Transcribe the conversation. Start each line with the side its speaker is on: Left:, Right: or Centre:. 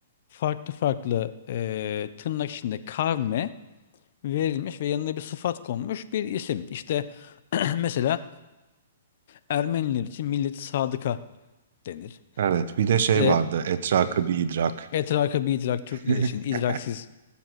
Left: farklı farklı e, tırnak içinde kavme verilmiş ve yanına bir sıfat konmuş bir isim. İşte <clears throat> mesela Ermeniler için milleti sadıka denir.
Right: Evet, bir de
Left: İşte
Right: şey vardı, "Etraka bir idrak."
Left: etraka bir idrak Türkler
Right: <laughs>
Left: için idraksiz